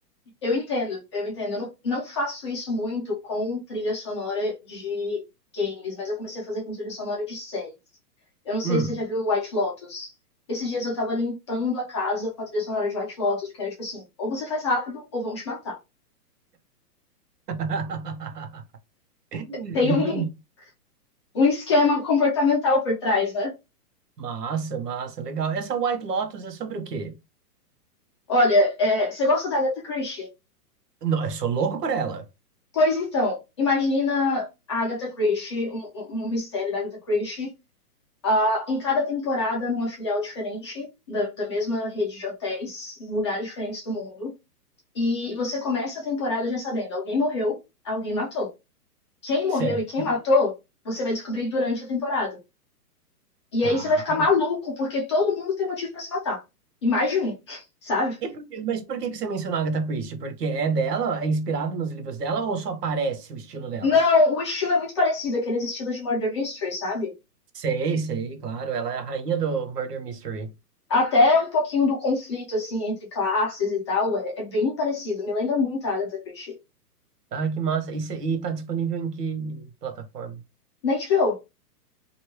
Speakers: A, on the left; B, on the right.
A: Eu entendo, eu entendo. Eu não, não faço isso muito com trilha sonora de games, mas eu comecei a fazer com trilha sonora de séries. Eu não sei
B: Hum.
A: se você já viu White Lotus. Esses dias eu tava limpando a casa com a trilha sonora de White Lotus, porque era tipo assim, ou você faz rápido ou vão te matar.
B: <laughs> Entendi.
A: Tem um, um esquema comportamental por trás, né?
B: Massa, massa, legal. Essa White Lotus é sobre o quê?
A: Olha, é, você gosta da Agatha Christie?
B: Não, eu sou louco por ela.
A: Pois então, imagina a Agatha Christie, um, um um mistério da Agatha Christie, Ah, em cada temporada, numa filial diferente da, da mesma rede de hotéis, em lugares diferentes do mundo. E você começa a temporada já sabendo: alguém morreu, alguém matou. Quem morreu
B: Certo.
A: e quem matou, você vai descobrir durante a temporada. E
B: Tá.
A: aí você vai ficar maluco, porque todo mundo tem motivo pra se matar. E mais de um, <laughs> sabe?
B: E por que- mas por que que você mencionou a Agatha Christie? Porque é dela, é inspirado nos livros dela ou só aparece o estilo dela?
A: Não, o estilo é muito parecido, aqueles estilos de Murder Mystery, sabe?
B: Sei, sei, claro. Ela é a rainha do Murder Mystery.
A: Até um pouquinho do conflito, assim, entre classes e tal, é, é bem parecido. Me lembra muito a Agatha Christie.
B: Ah, que massa. E, cê- e tá disponível em que plataforma?
A: Na HBO.